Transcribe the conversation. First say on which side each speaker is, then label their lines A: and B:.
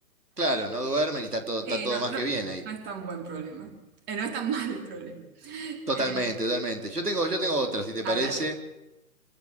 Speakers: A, on the right; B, on the right.
A: Claro, no duermen y está todo,
B: Sí,
A: está todo
B: no,
A: más
B: no,
A: que bien ahí.
B: no es tan buen problema. Eh, no es tan <laughs> mal el problema.
A: Totalmente,
B: Eh,
A: totalmente. Yo tengo, yo tengo otra, si te
B: a
A: parece.
B: ver.